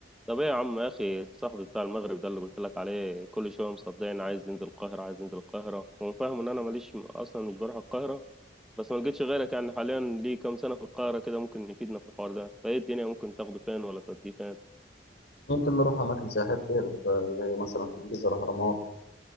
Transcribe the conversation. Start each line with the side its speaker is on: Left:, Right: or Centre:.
Centre: طب ايه يا عم يا اخي صاحبي بتاع المغرب ده اللي قلت لك عليه كل شويه مصدقني عايز ينزل القاهره عايز ينزل القاهره هو فاهم ان انا ماليش اصلا مش بروح القاهره بس ما لقيتش غيرك يعني حاليا ليه كام سنه في القاهره كده ممكن يفيدنا في الحوار ده فايه الدنيا ممكن تاخده فين ولا توديه فين
Left: ممكن نروح أماكن سياحية كتير ب- زي مثلا في الجيزة الأهرامات